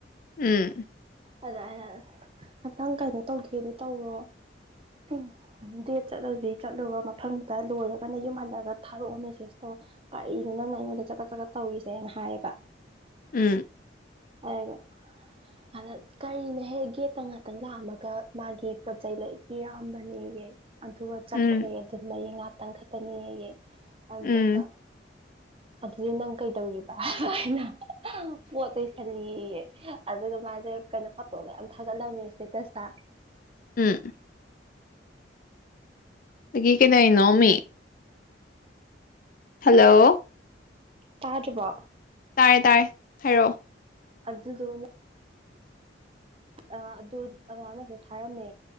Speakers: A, on the left (about 45°); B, on the right (about 30°).
A: ꯎꯝ
B: ꯑꯗ ꯑꯩꯅ ꯉꯇꯪ ꯀꯩꯅꯣ ꯇꯧꯒꯦꯗꯤ ꯇꯧꯔꯣ ꯎꯝ ꯗꯦꯠ ꯆꯠꯂꯁꯤ ꯆꯠꯂꯨꯔ ꯃꯐꯝꯗꯨꯗ ꯂꯣꯏꯔꯒꯅ ꯌꯨꯝꯍꯜꯂꯒ ꯊꯥꯔꯛꯑꯣ ꯃꯦꯁꯦꯁ ꯇꯧ ꯄꯥꯏꯅꯤ ꯅꯪꯅ ꯑꯩꯉꯣꯟꯗ ꯆꯀꯠ ꯆꯀꯠ ꯇꯧꯔꯤꯁꯦꯅ ꯍꯥꯏꯌꯦꯕ
A: ꯎꯝ
B: ꯑꯒ ꯑꯗ ꯀꯔꯤꯅꯍꯦꯛ ꯒꯦꯠꯇ ꯉꯥꯛꯇꯪ ꯂꯥꯛꯑꯝꯃꯒ ꯃꯥꯒꯤ ꯄꯣꯠꯆꯩ ꯂ ꯄꯤꯔꯛꯑꯝꯕꯅꯦꯍꯦ ꯑꯗꯨꯒ ꯆꯠꯈ꯭ꯔꯦ
A: ꯎꯝ
B: ꯑꯗꯨꯝ ꯃꯌꯦ ꯉꯥꯛꯇꯪ ꯈꯛꯇꯅꯤ ꯑꯗꯨꯒ
A: ꯎꯝ
B: ꯑꯗꯨꯗꯤ ꯅꯪ ꯀꯩꯗꯧꯔꯤꯕ ꯑꯩꯅ ꯄꯣꯠ ꯇꯁꯜꯂꯤ ꯑꯗꯨꯒ ꯃꯥꯁꯦ ꯀꯩꯅꯣ ꯐꯣꯇꯣꯒ ꯌꯥꯝ ꯊꯥꯒꯠꯂꯝꯃꯦ ꯏꯁꯇꯦꯇꯁꯇ
A: ꯎꯝ ꯗꯒꯤ ꯀꯅꯥ ꯏꯅꯃꯤ ꯍꯜꯂꯣ
B: ꯇꯥꯖꯕ
A: ꯇꯥꯏ ꯇꯥꯏ ꯍꯥꯏꯔꯛꯑꯣ
B: ꯑꯗꯨ ꯊ ꯑ ꯑꯗꯨ ꯑꯗꯨꯃꯥꯏꯅ ꯃꯦꯁꯦꯁ ꯊꯥꯔꯝꯃꯦ